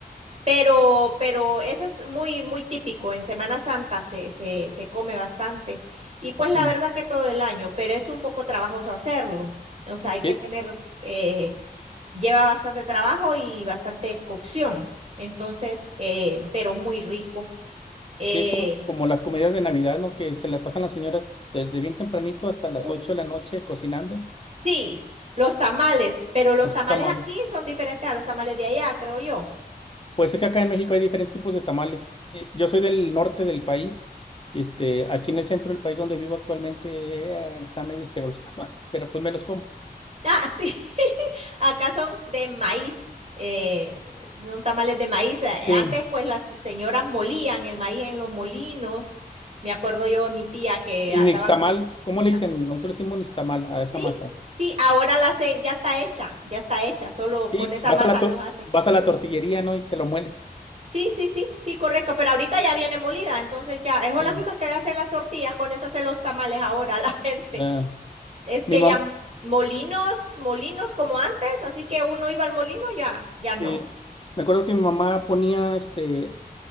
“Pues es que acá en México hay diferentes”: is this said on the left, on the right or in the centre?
Left